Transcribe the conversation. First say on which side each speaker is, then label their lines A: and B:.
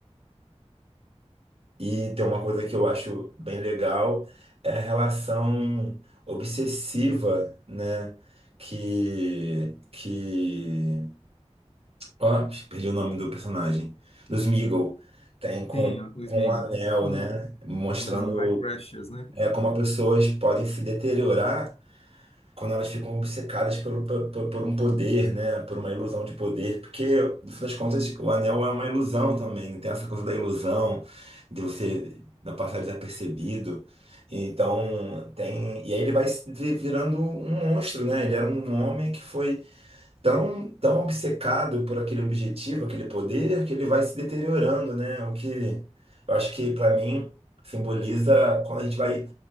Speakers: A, on the right (about 60°); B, on the left (about 60°).
A: E tem uma coisa que eu acho bem legal, é a relação obsessiva, né? Que, que Ó, acho que perdi o nome do personagem. Do Smeagol. Tem com,
B: sim, o
A: com
B: Sméagol.
A: um anel,
B: Hum,
A: né? Mostrando
B: Hum, my precious, né?
A: é, como as pessoas podem se deteriorar quando elas ficam obcecadas pelo, por, por- por um poder, né? Por uma ilusão de poder. Porque, no fim das contas, o anel é uma ilusão também. né? Tem essa coisa da ilusão, de você da passar desapercebido. Então, tem. E aí ele vai se vi- virando um monstro, né? Ele era um homem que foi tão, tão obcecado por aquele objetivo, aquele poder, que ele vai se deteriorando, né? O que eu acho que para mim simboliza quando a gente vai